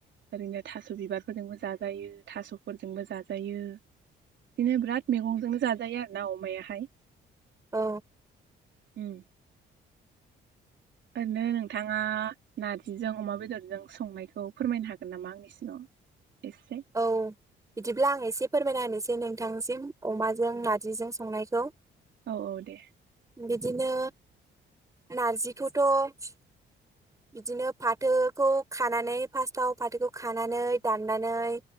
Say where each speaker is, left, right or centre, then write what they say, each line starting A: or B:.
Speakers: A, on the right; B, on the right.
A: ओरैनो थास' बिबारफोरजोंबो जाजायो थास'फोरजोंबो जाजायो। बिदिनो बिराद मैगंजोंनो जाजायो आरोना अमायाहाय
B: औ
A: उम ओरैनो नोंथाङा नारजिजों अमा बेदरजों संनायखौ फोरमायनो हागोन नामा आंनो किषन एसे
B: औ बिदिब्ला आं एसे फोरमायना होनोसै नोंथांसिम अमाजों नार्जिजों संनायखौ
A: औ औ दे।
B: बिदिनो नारजिखौथ' बिदिनो फाथोखौ खानानै फास्स्टाव फाथोखौ खानानै दाननानै